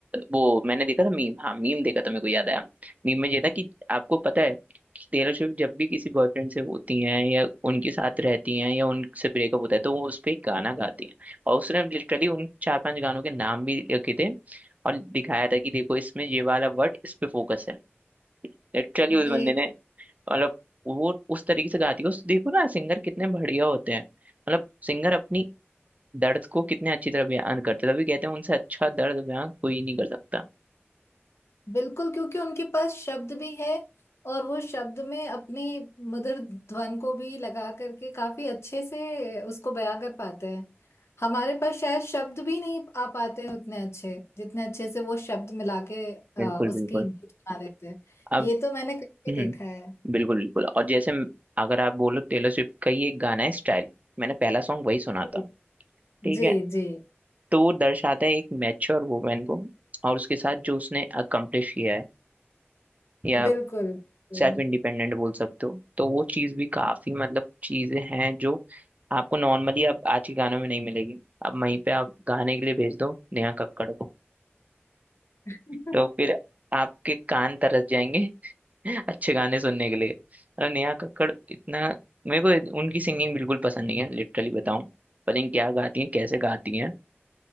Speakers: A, on the right (about 35°); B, on the left (about 80°).
A: वो मैंने देखा था मीम हाँ मीम देखा था मेरे को याद आया मीम में ये था कि आपको पता है कि टेलर स्विफ्ट जब भी किसी बॉयफ्रेंड से होती हैं या उनके साथ रहती हैं या उनसे ब्रेकअप होता है तो वो उस पर गाना गाती हैं और उसने लिटरली उन चार पांच गानों के नाम भी लिखे थे और दिखाया था कि देखो इसमें ये वाला वर्ड इस पे फोकस है लिटरली
B: जी
A: उस बंदे ने मतलब वो उस तरीके से गाती है उस देखो ना सिंगर कितने बढ़िया होते हैं मतलब सिंगर अपनी दर्द को कितने अच्छी तरह बयान करते हैं। तभी कहते हैं उनसे अच्छा दर्द बयान कोई नहीं कर सकता
B: बिल्कुल क्योंकि उनके पास शब्द भी है और वो शब्द में अपनी मधुर ध्वन को भी लगा करके काफी अच्छे से उसको बयां कर पाते हैं हमारे पास शायद शब्द भी नहीं आ पाते हैं उतने अच्छे जितने अच्छे से वो शब्द मिला के अ,
A: बिल्कुल
B: उसकी
A: बिल्कुल
B: गीत बना देते हैं
A: अब
B: ये तो मैंने कभी
A: हम्म
B: देखा है
A: बिल्कुल बिल्कुल और जैसे म- अगर आप बोलो टेलर स्विफ्ट का ये गाना है स्टाइल मैंने पहला सॉन्ग वही सुना
B: जी
A: था ठीक
B: जी
A: है
B: जी,
A: तो वो दर्शाता है एक मैच्योर वुमेन को और उसके साथ जो उसने अकम्प्लिश किया है या
B: बिल्कुल बिल्कुल।
A: सेल्फ इंडिपेंडेंट बोल सकते हो तो वो चीज़ भी काफी मतलब चीजें हैं जो आपको नॉर्मली अब आज के गानों में नहीं मिलेगी अब वहीं पे आप गाने के लिए भेज दो नेहा कक्कड़ को
B: <laughs>
A: तो फिर आपके कान तरस जाएंगे <laughs> अच्छे गाने सुनने के लिए अरे नेहा कक्कड़ इतना मेरे को उनकी सिंगिंग बिल्कुल पसंद नहीं है लिटरली बताऊं पता नहीं क्या गाती हैं कैसे गाती हैं